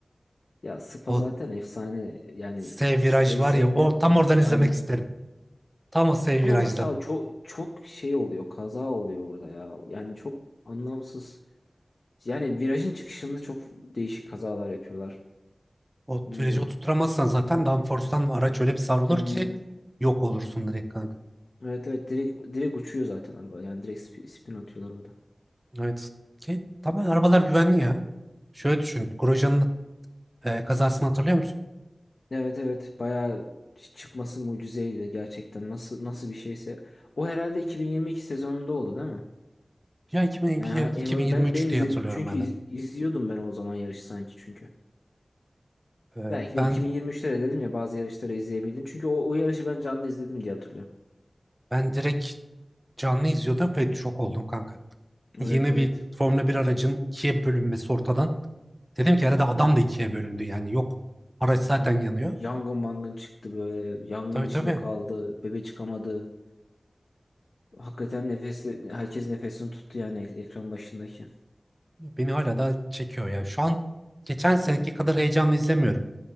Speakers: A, on the left; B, on the right.
A: Ya Spa
B: O
A: zaten efsane. Yani
B: S
A: Spa'yı
B: viraj var
A: sevmeyen
B: ya o tam oradan izlemek
A: aynen.
B: isterim. Tam o S
A: Ama
B: virajdan.
A: mesela çok çok şey oluyor. Kaza oluyor orada ya. Yani çok anlamsız. Yani virajın çıkışında çok değişik kazalar yapıyorlar.
B: O
A: Bilmiyorum.
B: virajı oturtamazsan zaten downforce'tan araç öyle bir savrulur
A: Hmm,
B: ki yok olursun direkt kanka.
A: Evet evet direkt direkt uçuyor zaten araba. Yani direkt spi- spin atıyorlar orada.
B: Evet. Ki, tamam arabalar güvenli ya. Şöyle düşün. Grosjean'ın e, kazasını hatırlıyor musun?
A: Evet evet bayağı çıkması mucizeydi gerçekten. Nasıl nasıl bir şeyse. O herhalde 2022 sezonunda oldu değil mi?
B: Ya 2022,
A: Yani ha- em-
B: 2023
A: ben benim
B: diye
A: izle
B: hatırlıyorum
A: çünkü
B: ben
A: iz-
B: de.
A: izliyordum ben o zaman yarışı sanki çünkü.
B: Ee,
A: Belki
B: ben
A: de 2023'te de dedim ya bazı yarışları izleyebildim. Çünkü o, o yarışı ben canlı izledim diye hatırlıyorum.
B: ben direkt canlı izliyordum ve şok oldum kanka.
A: Evet
B: Yeni
A: evet.
B: bir Formula bir aracın ikiye bölünmesi ortadan. Dedim ki herhalde adam da ikiye bölündü yani yok. Araç zaten
A: Evet.
B: yanıyor.
A: Yangın mangın çıktı böyle. Yangın
B: Tabii
A: içinde
B: tabii
A: kaldı. Bebe çıkamadı. Hakikaten nefesi, herkes nefesini tuttu yani ek- ekran başındaki.
B: beni hala da çekiyor ya. Şu an geçen seneki kadar heyecanlı izlemiyorum.